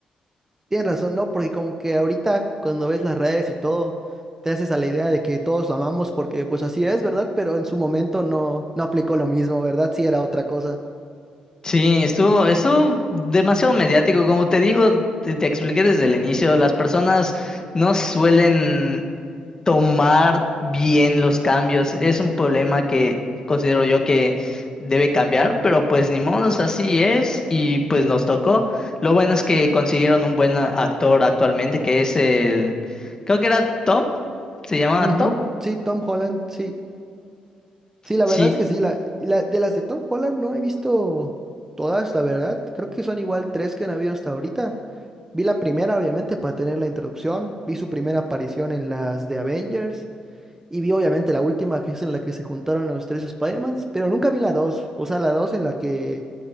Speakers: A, on the right; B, on the left.
A: Tienes razón, ¿no? Porque como que ahorita cuando ves las redes y todo, te haces a la idea de que todos lo amamos porque pues así es, ¿verdad? Pero en su momento no, no aplicó lo mismo, ¿verdad? Sí era otra cosa.
B: Sí, estuvo, estuvo demasiado mediático. Como te digo, te, te expliqué desde el inicio, las personas no suelen tomar bien los cambios. Es un problema que considero yo que debe cambiar, pero pues ni modo, así es y pues nos tocó. Lo bueno es que consiguieron un buen actor actualmente, que es el, creo que era Tom, se llamaba
A: Ujú,
B: Tom.
A: Sí, Tom Holland, sí. Sí, la
B: Sí,
A: verdad es que sí. La, la- de las de Tom Holland no he visto todas, la verdad. Creo que son igual tres que han habido hasta ahorita. Vi la primera, obviamente, para tener la introducción. Vi su primera aparición en las de Avengers. Y vi, obviamente, la última, que es en la que se juntaron los tres Spider-Mans. Pero nunca vi la dos. O sea, la dos en la que